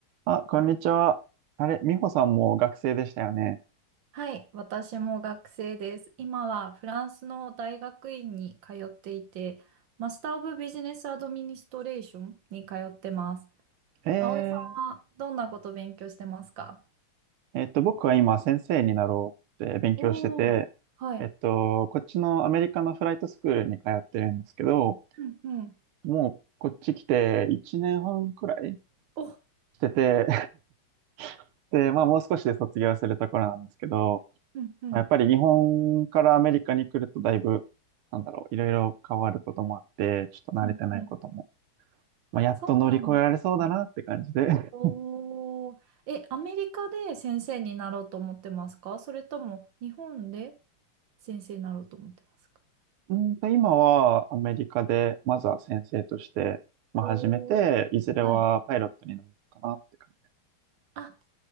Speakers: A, on the right; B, on the right.
A: あ、こんにちは。あれ、美穂さんも学生でしたよね。
B: はい、私も学生です。今はフランスの大学院に通っていて、マスター・オブ・ビジネス・アドミニストレーションに通ってます。
A: え
B: 葵さんはどんなことを勉強してますか
A: ー、えっと、僕は今先生になろうって勉強してて、
B: おおー、はい。
A: えっと、こっちのアメリカのフライトスクールに通ってるんですけど、
B: うんうん。
A: もうこっち来て1年半くらい
B: お、
A: してて、<laughs> で、まあもう少しで卒業するところなんですけど、
B: うんうん。
A: まあやっぱり日本からアメリカに来るとだいぶ、なんだろう、いろいろ変わることもあって、ちょっと慣れてないことも、
B: うんうん。
A: まあ、やっと乗り越えられそうだなって感じで
B: そうなんですね。おー。え、アメリカで先生になろうと思ってますかそれとも日本で先生になろうと思ってますか
A: うんと、今はアメリカで、まずは先生として、まあ、
B: おおー、
A: 始めて、いずれはパイロットになるのかなって感じ。
B: はい。あ、